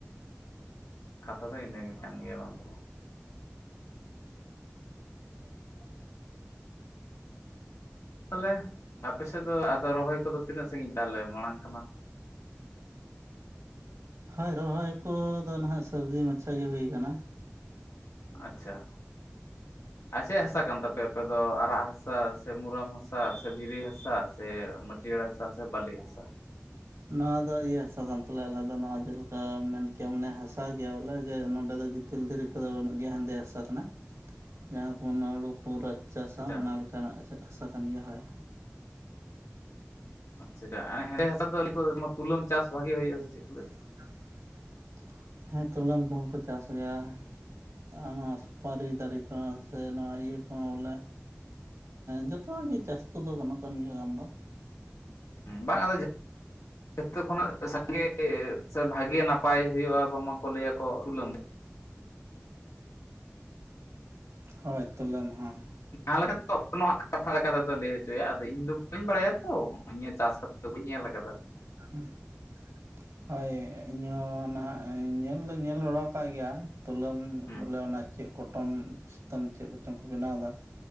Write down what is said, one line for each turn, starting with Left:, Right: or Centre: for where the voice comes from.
Left: ᱠᱟᱛᱷᱟ ᱫᱚ ᱤᱱᱟᱹᱜ ᱜᱮ ᱠᱟᱱ ᱜᱮᱭᱟ ᱵᱟᱝ ᱫᱚ <inaudible> ᱛᱟᱦᱚᱞᱮ ᱟᱯᱮ ᱥᱮᱫ ᱫᱚ ᱟᱫᱚ ᱨᱚᱦᱚᱭ ᱠᱚᱫᱚ ᱛᱤᱱᱟᱹᱜ ᱥᱟᱺᱜᱤᱧ ᱛᱟᱦᱚᱞᱮ ᱢᱟᱲᱟᱝ ᱠᱟᱱᱟ
Right: ᱦᱳᱭ ᱨᱚᱦᱚᱭ ᱠᱚᱫᱚ ᱱᱟᱦᱟᱜ ᱥᱟᱹᱨᱫᱤ ᱢᱟᱪᱷᱟ ᱜᱮ ᱦᱩᱭ ᱠᱟᱱᱟ
Left: ᱟᱪᱪᱷᱟ ᱟᱨ ᱪᱮᱫ ᱦᱟᱥᱟ ᱠᱟᱱ ᱛᱟᱯᱮᱭᱟ ᱟᱯᱮ ᱫᱚ ᱟᱨᱟᱜ ᱦᱟᱥᱟ ᱥᱮ ᱢᱩᱨᱟᱹᱢ ᱦᱟᱥᱟ ᱥᱮ ᱫᱷᱤᱨᱤ ᱦᱟᱥᱟ ᱥᱮ ᱡᱮᱲᱮᱲ ᱦᱟᱥᱟ ᱥᱮ ᱵᱟᱞᱤ ᱦᱟᱥᱟ
Right: ᱱᱚᱣᱟ ᱫᱚ ᱤᱭᱟᱹ ᱦᱟᱥᱟ ᱠᱟᱱ ᱛᱟᱞᱮᱭᱟ ᱟᱞᱮ ᱫᱚ ᱱᱚᱣᱟ ᱡᱮᱞᱮᱠᱟ ᱢᱮᱱ ᱠᱮᱭᱟ ᱢᱟᱱᱮ ᱦᱟᱥᱟ ᱜᱮᱭᱟ ᱵᱚᱞᱮ ᱡᱮ ᱱᱚᱸᱰᱮ ᱫᱚ ᱦᱟᱹ ᱛᱤᱞ ᱫᱷᱤᱨᱤ ᱠᱚᱫᱚ ᱵᱟᱹᱱᱩᱜ ᱜᱮᱭᱟ ᱦᱮᱸᱫᱮ ᱦᱟᱥᱟ ᱠᱟᱱᱟ ᱡᱟᱦᱟᱸ ᱠᱚ ᱱᱟᱹᱲᱩ ᱠᱚ ᱨᱟᱡᱽ ᱪᱟᱥᱟ
Left: ᱟᱪᱪᱷᱟ
Right: ᱚᱱᱟ ᱞᱮᱠᱟ ᱚᱱᱟᱜ ᱮᱥᱮᱫ ᱦᱟᱥᱟ ᱠᱟᱱ ᱜᱮᱭᱟ ᱦᱳᱭ
Left: ᱟᱪᱪᱷᱟ ᱦᱮᱲᱮ ᱦᱟᱥᱟ ᱫᱚ ᱞᱮᱭ ᱟᱠᱚ ᱛᱩᱞᱟᱹᱢ ᱪᱟᱥ ᱵᱷᱟᱹᱜᱤ ᱦᱩᱭᱩᱜᱼᱟ ᱥᱮ ᱪᱮᱫ ᱠᱚ ᱞᱟᱹᱭᱫᱟ?
Right: ᱛᱩᱞᱟᱹᱢ ᱪᱟᱥ ᱵᱷᱟᱹᱜᱤ ᱦᱩᱭᱩᱜᱼᱟ ᱥᱮ ᱪᱮᱫ ᱦᱮᱸ ᱛᱩᱞᱟᱹᱢ ᱠᱚᱦᱚᱸ ᱠᱚ ᱪᱟᱥ ᱜᱮᱭᱟ ᱾ ᱟᱨ ᱱᱚᱣᱟ ᱥᱩᱯᱟᱹᱨᱤ ᱫᱟᱨᱮ ᱠᱚ ᱥᱮ ᱱᱚᱣᱟ ᱤᱭᱟᱹ ᱠᱚ ᱵᱚᱞᱮ ᱡᱚᱛᱚᱣᱟᱜ ᱜᱮ ᱪᱟᱥ ᱠᱚᱫᱚ ᱜᱟᱱᱚᱜ ᱱᱤᱭᱟᱹ ᱜᱟᱱ ᱫᱚ ᱾
Left: ᱵᱟᱝ ᱟᱫᱚ ᱡᱚᱛᱚ ᱠᱷᱚᱱᱟᱜ ᱥᱟᱸᱜᱮ ᱥᱮ ᱵᱷᱟᱜᱮ ᱱᱟᱯᱟᱭ ᱦᱩᱭᱩᱜᱼᱟ ᱵᱟᱝᱢᱟᱠᱚ ᱞᱟᱹᱭᱟᱠᱚ ᱛᱩᱞᱟᱹᱢ ᱜᱮ ᱾
Right: ᱦᱳᱭ ᱛᱩᱞᱟᱹᱢ ᱦᱚ ᱾
Left: ᱡᱟᱦᱟᱸ ᱞᱮᱠᱟᱛᱮ ᱠᱟᱛᱷᱟ ᱞᱮᱠᱟ ᱞᱮᱠᱟᱛᱮ ᱫᱚᱭ ᱞᱟᱹᱭ ᱦᱚᱪᱚᱭᱟ ᱾ ᱟᱫᱚ ᱤᱧ ᱫᱚ ᱵᱟᱹᱧ ᱵᱟᱲᱟᱭᱟ ᱛᱚ ᱤᱧ ᱦᱚᱸ ᱪᱟᱥ ᱠᱟᱛᱮ ᱫᱚ ᱵᱟᱹᱧ ᱧᱮᱞ ᱠᱟᱫᱟ
Right: <unintelligible> ᱦᱳᱭ ᱤᱧᱦᱚᱸ ᱱᱟᱦᱟᱜ ᱧᱮᱞ ᱫᱚᱧ ᱧᱮᱞ ᱵᱟᱲᱟ ᱟᱠᱟᱜ ᱜᱮᱭᱟ ᱛᱩᱞᱟᱹᱢ
Left: ᱦᱩᱸ
Right: ᱵᱚᱞᱮ ᱚᱱᱟ ᱪᱮᱫ ᱠᱚᱴᱚᱱ ᱥᱩᱛᱟᱹᱢ ᱪᱮᱫ ᱠᱚᱪᱚᱝ ᱠᱚ ᱵᱮᱱᱟᱣᱫᱟ